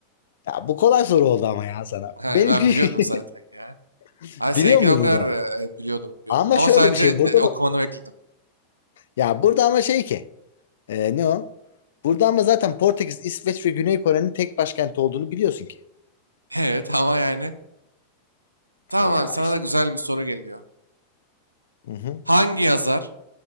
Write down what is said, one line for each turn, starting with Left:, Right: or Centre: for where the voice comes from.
Left: Ya bu kolay soru oldu ama ya sana.
Right: Hayır,
Left: Benimki
Right: ben biliyordum zaten ya.
Left: <laughs>
Right: Hayır
Left: biliyor
Right: seninkini
Left: muydun
Right: o kadar
Left: zaten?
Right: e, biliyordum biliyordum.
Left: Ama
Right: Ama
Left: şöyle
Right: sadece
Left: bir şey burada
Right: de- okumanı
Left: da
Right: bekledim.
Left: ya burada ama şey ki e, ne o? Burada ama zaten Portekiz, İsveç ve Güney Kore'nin tek başkenti olduğunu biliyorsun ki.
Right: <laughs> Evet ama yani. Tamam
Left: Ya
Right: abi sana
Left: işte.
Right: da güzel bir soru geliyor.
Left: Hı hı.
Right: Hangi yazar